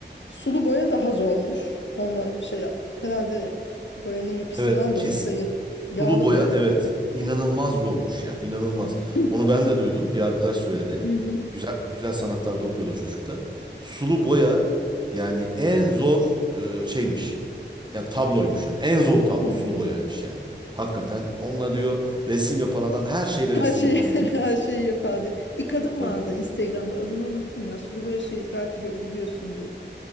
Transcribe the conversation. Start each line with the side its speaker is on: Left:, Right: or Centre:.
Left: Sulu boya daha zormuş. Onunla şey yap. Herhalde boyanın yapısından
Right: Evet,
Left: dolayı
Right: kes-
Left: mesela ya da yağlı
Right: Sulu boya
Left: boya.
Right: evet inanılmaz zormuş ya inanılmaz.
Left: <clears throat>
Right: Onu ben de duydum bir arkadaş söyledi.
Left: Hı hı.
Right: Güzel güzel sanatlarda okuyordu o çocuk da. Sulu boya yani en zor e, şeymiş. Ya tabloymuş yani. En zor tablo
Left: Hmm.
Right: sulu boyaymış yani. Hakikaten onunla diyor resim yapan adam her şeyle
Left: Her
Right: resim
Left: şeyi
Right: yapabilir.
Left: <laughs> her şeyi yapar
Right: Tabii.
Left: diye. Bir
Right: Tabii.
Left: kadın
Right: tabii.
Left: vardı Instagram'da adını unuttum ya. Sulu boya şey belki gö- biliyorsundur.